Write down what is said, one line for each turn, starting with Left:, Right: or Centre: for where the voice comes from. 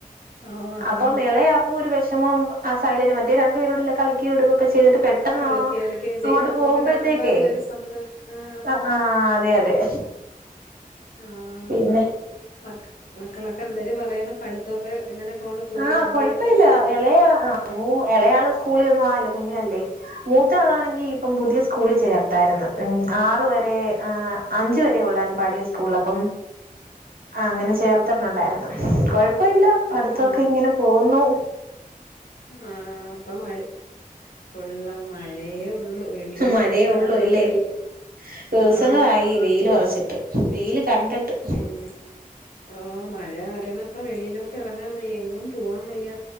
Left: ഓ അതാണ്
Right: അപ്പൊ എളയാക്കും ഒരു വെഷമം ആ സൈലന്റ് മറ്റേ രണ്ടു പേരൂടിയല്ലെ കളിക്കേം എടുകയും ഒക്കെ ചെയ്തിട്ട് പെ പെട്ടന്നോ
Left: കളിക്ക എടുക്കുകയും
Right: അങ്ങോട്ട്
Left: ചെയ്യും നമ്മക്ക്
Right: പോകുമ്പഴത്തേക്കെ
Left: കാണുമ്പോ അത് ഒരു സന്തോഷം ആ
Right: ആഹ് അതെ അതെ
Left: ആഹ്
Right: പിന്നെ
Left: മ മക്കളൊക്കെ എന്തര് പറയ്ണ്? പഠിത്തവൊക്കെ എങ്ങനെ പോണു പുതിയ
Right: ആഹ്
Left: അദ്യായന
Right: കൊഴപ്പമില്ല
Left: വർഷവൊക്കെ?
Right: ഇളയ ആ മൂ എളയാള് സ്കൂളി ഒന്നും ആയില്ല കുഞ്ഞല്ലേ മൂത്തളാണെങ്കി ഇപ്പം പുതിയ
Left: ആഹ്
Right: സ്കൂളി ചേർത്ത യിര്ന്ന് ഉം ആറ് വരെ ആ അഞ്ച് വരെ ഒള്ളായിരുന്നു പഴയ സ്കൂളില് അപ്പം ആഹ് അങ്ങനെ ചേർത്തിട്ടുണ്ടായിരുന്നു കൊഴപ്പയില്ല പഠിത്തവൊക്കെ
Left: ആഹ്
Right: ഇങ്ങനെ പോകുന്നു
Left: ആഹ് ഇപ്പൊ മഴ കൊള്ളാം മഴയേ ഒള്ളൂ വെളിയില്
Right: മഴയേ
Left: പൊറത്ത്
Right: ഉള്ളൂ
Left: എറങ്ങാൻ
Right: ഇല്ലേ
Left: വയ്യ
Right: ദിവസങ്ങളായി
Left: ആഹ്
Right: വെയില് ഒറച്ചിട്ട് വെയില് കണ്ടിട്ട്
Left: പിന്നെ ഓഹ് മഴ കാരണം ഇപ്പോ വെളിയിലോട്ട് ഇറങ്ങാൻ വയ്യ എങ്ങും പോവാൻ വയ്യാ